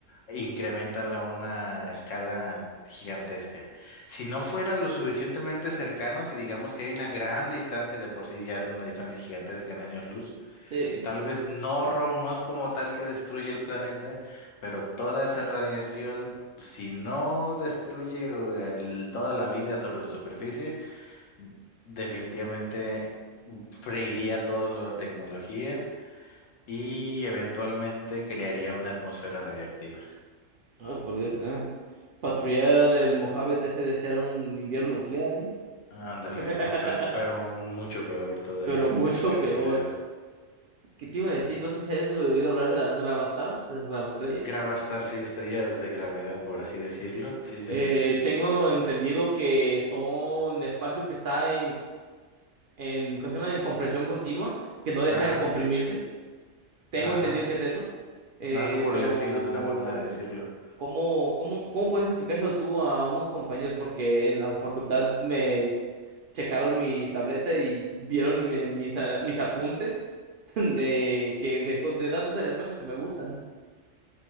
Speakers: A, on the left; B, on the right.
A: incrementala a una escala gigantesca. Si no fuera lo suficientemente cercano, si digamos que hay una gran distancia de por sí ya es una distancia gigantesca en años luz,
B: Sí.
A: Tal vez no, Ro, no es como tal que destruye el planeta, pero toda esa radiación, si no destruye eh, el- toda la vida sobre la superficie, definitivamente freiría toda la tecnología y eventualmente crearía una atmósfera radiactiva.
B: Ay, por Dios. ah. Patrullar el Mojave te hace desear un invierno nuclear, ¿eh?
A: Ándale,
B: <laughs>
A: o pe- pero mucho peor todavía
B: Pero mucho
A: por la cantidad.
B: peor. ¿Qué te iba a decir? No sé si has oído hablar de las gravastars, de las gravaestrellas.
A: gravastars sí, estrellas de gravedad, por así decirlo. Sí, sí,
B: Eh,
A: sí, sí, sí.
B: tengo entendido que son espacio que está en en, ¿cómo se llama? en compresión continua, que no deja
A: Ajá,
B: de comprimirse. Tengo
A: ajá.
B: entendido que es eso, eh,
A: Algo por
B: pero
A: el estilo es una forma de decirlo.
B: ¿cómo, cómo, cómo puedes explicárselo tú a unos compañeros? Porque en la facultad me checaron mi tableta y vieron mi- mis, a- mis apuntes <laughs> de, que, de, co- de datos del espacio que me gustan.